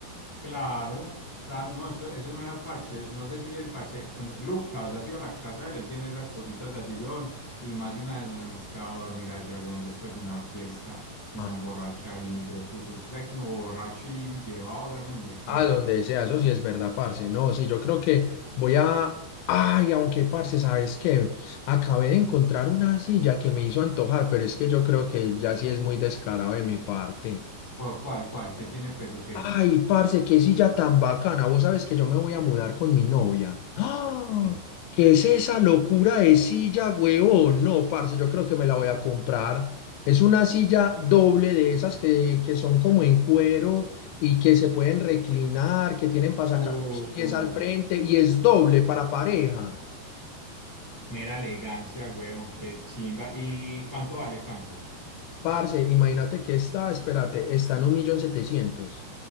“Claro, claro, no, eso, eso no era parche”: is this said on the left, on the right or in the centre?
Left